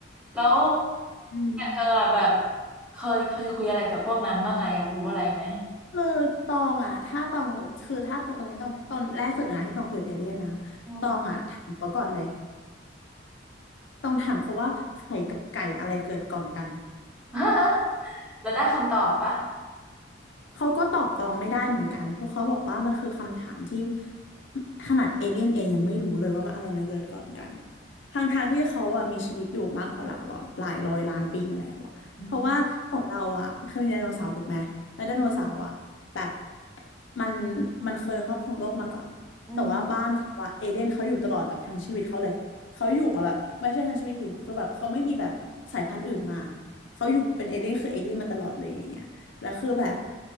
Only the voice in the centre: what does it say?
แล้ว
อย่างเธออะแบบเคยเคยคุยอะไรกับพวกนั้นบ้างอะอยากรู้อะไรไหม
อืม
<laughs> แล้วได้คำตอบปะ
อืม
อืม